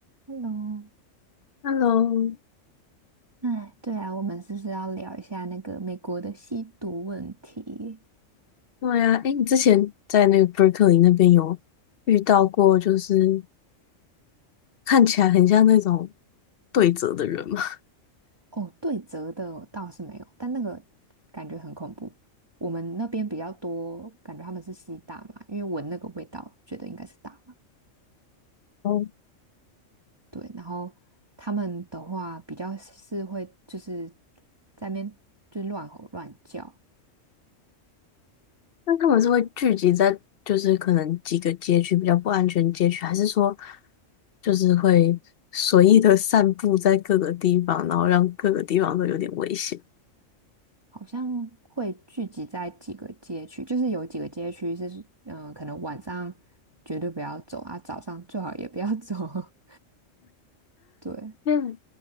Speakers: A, on the right; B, on the left.
A: Hello，
B: Hello，
A: 哎，对啊，我们是不是要聊一下那个美国的吸毒问题？
B: 对呀，哎，你之前在那个 Berkeley 那边有遇到过，就是看起来很像那种对折的人吗？
A: 哦，对折的哦倒是没有，但那个感觉很恐怖。我们那边比较多，感觉他们是吸大麻，因为闻那个味道，觉得应该是大麻。
B: <laughs> 哦，
A: 对，然后他们的话比较是会就是在那边就乱吼乱叫，
B: 那他们是会聚集在就是可能几个街区比较不安全街区，还是说就是会随意的散布在各个地方，然后让各个地方都有点危险？
A: 好像会聚集在几个街区，就是有几个街区是，嗯、可能晚上绝对不要走啊，早上最好也不要走。<laughs> 对，
B: 嗯，